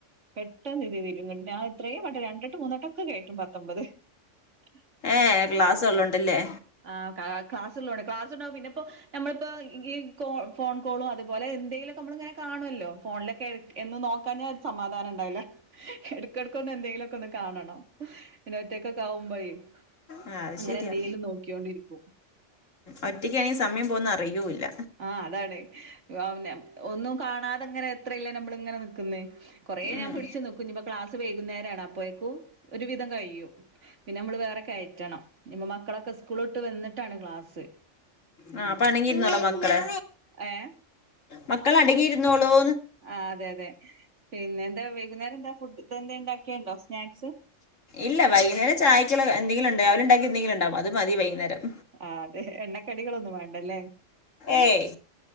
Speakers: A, on the right (about 70°); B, on the left (about 85°).
A: പെട്ടെന്ന് ഇത് ഇതിരും ഞാൻ ഇത്രയും വട്ടം രണ്ടുട്ടം മൂന്നോട്ടൊക്കെ കയറ്റും പത്തൊമ്പത് <unintelligible>
B: ഏ ക്ലാസ്സോള്ളോണ്ടല്ലേ
A: ആ ക്ലാസ്സുള്ളോടെ ക്ലാസ്സുണ്ടാവും പിന്നെപ്പോ നമ്മളിപ്പോ ഈ കോ ഫോൺ കോളോ അതുപോലെ എന്തെങ്കിലും നമ്മള്ഇങ്ങനെ കാണുമല്ലോ ഫോണിലൊക്കെ ഇടക് എന്നുംനോക്കാഞ്ഞാ ഒരു സമാധാനംണ്ടാവല്ല എടുക്കടുക്ക എന്തെങ്കിലും ടക്കെ ഒന്നു കാണണം ഇങ്ങനെ ഒറ്റൊക്കൊയാവുമ്പോയി
B: ആഹ് അത്
A: അങ്ങനെ
B: ശരിയാ
A: എന്തെങ്കിലും നോക്കി ഉ
B: ഒറ്റക്കായാ സമയം പോകുന്ന അറിയൂല്ല
A: ആഹ് അതാണേ വാ പിന്നെ ഒന്നും കാണാതെങ്ങനെ എത്രയില്ലേ നമ്മളിങ്ങനെ ക്ക്ന്നേ കൊറേ ഞാൻ
B: ഉം
A: പിടിച്ചു നിക്കും ഇനി ഇപ്പൊ ക്ലാസ് വൈകുന്നേരാണ് അപ്പോഴെക്കു ഒരു വിധം കഴിയും പിന്നെ നമ്മള് വേറെ കയറ്റണം നിമ മക്കളൊക്കെ സ്കൂള് വിട്ട് വന്നിട്ടാണ് ക്ലാസ്സ് <unintelligible>
B: ആ അപ്പൊ അടങ്ങിയിരുന്നോളോ മക്കള്
A: ഏഹ്
B: മക്കള് അടങ്ങിയിരുന്നോളോ
A: ആ അതെ അതെ പിന്നെ എന്താ വൈകുന്നേരം എന്താ ഫുഡ് ഇതെന്താ ഇണ്ടാക്കിയണ്ടോ സ്നാക്സ്
B: ഇല്ല വൈകുന്നേരം ചായക്കുള്ളത് എന്തെങ്കിലും ണ്ട് അവര് ഉണ്ടാക്കിയത് എന്തെങ്കിലും ഉണ്ടാവും അത് മതി വൈകുന്നേരം
A: ആ അതെ എണ്ണക്കടികളൊന്നും വേണ്ടല്ലേ
B: ഏയ്